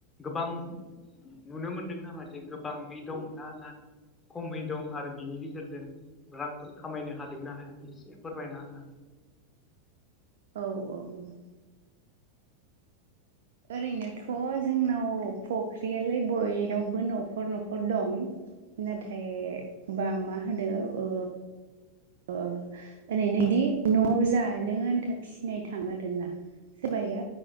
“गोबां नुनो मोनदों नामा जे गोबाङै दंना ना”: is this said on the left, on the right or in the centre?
Left